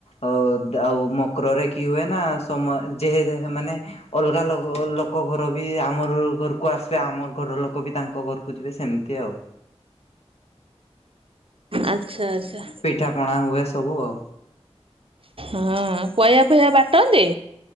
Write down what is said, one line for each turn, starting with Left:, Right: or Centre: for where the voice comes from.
Left: ଆଉ ଦାଉ ମକରରେ କି ହୁଏ ନା ସମ ଯେହେ ମାନେ ଅଲଗା ଲ ଅ ଲୋ କ ଘର ବି ଆମର ଘରକୁ ଆସିବେ ଆମର ଘର ଲୋକ ବି ତାଙ୍କ ଘରକୁ ଯିବେ ସେମିତି ଆଉ।
Right: ଆଚ୍ଛା ଆଚ୍ଛା।
Left: ପିଠା ପଣା ହୁଏ ସବୁ ଆଉ।
Right: ହଁ ପୟା ଫୟା ବାଟନ୍ତି?